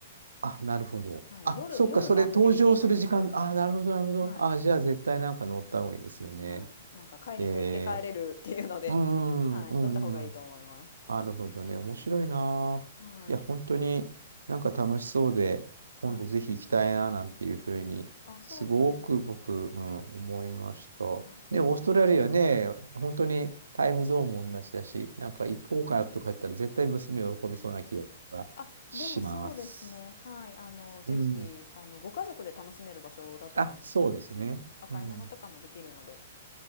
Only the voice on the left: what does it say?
はい、
夜、
夜のアクティビティなんですよ。
はい、
はい。なんか帰り寝て帰れるっていうので、
<laughs> はい、
乗った方がいいと思います。
うんうん
うん。はい、
はい。
あ、そうなんですよ。
はい、ぜひぜひ。
うんうん。あ、でもそうですね。はい。あの、ぜひ、
あの、ご家族で楽しめる場所だと思います。
うん。お買い物とかもできるので、